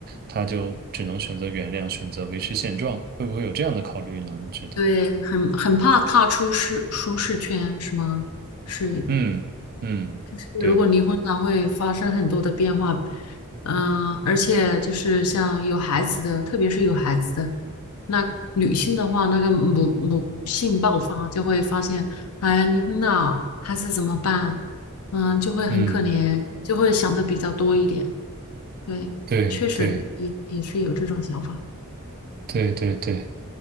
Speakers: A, on the right (about 45°); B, on the left (about 80°).
A: 他就只能选择原谅，选择维持现状，会不会有这样的考虑呢？你觉得？
B: 对，很很怕踏出舒舒适圈，是吗？是，
A: 嗯嗯，
B: 可是如果离婚了，
A: 对，
B: 会发生很多的变化，嗯、而且就是像有孩子的，特别是有孩子的，那女性的话，那个母母性爆发，就会发现，哎，离婚了，孩子怎么办？嗯，就会很可怜，
A: 嗯
B: 就会想的比较多一点。对，
A: 对对
B: 确实也也是有这种想法。
A: 对对对对